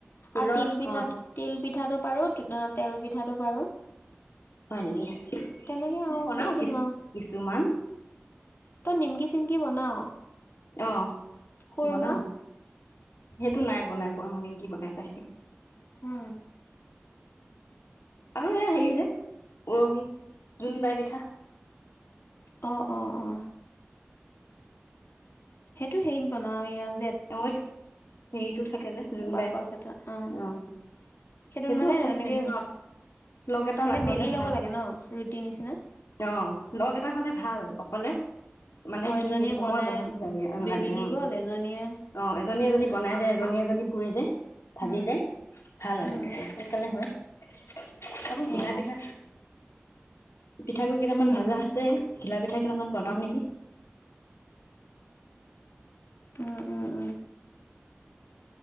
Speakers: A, on the left; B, on the left.
A: তিলৰ
B: আৰু তিল পিঠা
A: অ
B: তিল। পিঠাটো পাৰো তেল পিঠাটো পাৰো।
A: হয় নেকি,
B: তেনেকে
A: মই
B: আৰু
A: বনাও
B: বেছি
A: কিছু,
B: নোৱাৰো
A: কিছুমান।
B: তই নিমকি চিমকি বনাও।
A: অ,
B: খুৰমা
A: বনাওঁ। সেইটো নাই বনোৱা। পোৱা মহিন <unintelligible> কি বনাই পাইছো।
B: উম
A: আৰু এয়া হেৰি যে উৰহি জোন বাই পিঠা।
B: অ, অ, অ সেইটো হেৰিত বনাও ইয়া
A: <unintelligible> ই হেৰিটো থাকে যে, জোনবাই
B: বাকচ এটা অ
A: আহ
B: সেইটোত
A: সেইটো
B: মানে
A: অকণ
B: এনেকে
A: মেহনত লগ এটা
B: মানে
A: লাখলে
B: বেলি ল'ব
A: ভাল
B: লাগে ন ৰুটি নিচিনা
A: অ লগ এটা হলে ভাল অকলে মানে
B: অ
A: কি
B: এজনীয়ে
A: সময়
B: বনাই
A: বহুত লাগে
B: বেলি
A: লাগে
B: দি
A: অ
B: গল, এজনীয়ে
A: অ এজনীয়ে যদি ব <inaudible> এজনী এজনী <unintelligible> দি পুৰি যায় ভাজি
B: উম
A: যায় ভাল আৰু
B: উম
A: ততিয়া সোনকালে হয়। <unintelligible> আবোৰ ঘিলা
B: অ
A: পিঠা। পিঠা গুৰি কেইটামান
B: উম
A: ভাজা আছে ঘিলা পিঠা কেইটামান বনাও নিকি।
B: উম, উম, উম